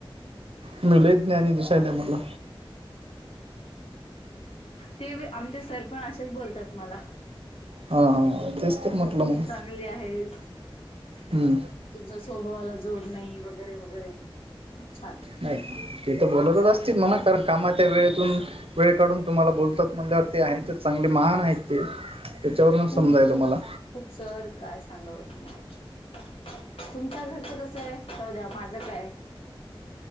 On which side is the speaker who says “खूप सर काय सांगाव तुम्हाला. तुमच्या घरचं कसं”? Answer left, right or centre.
Left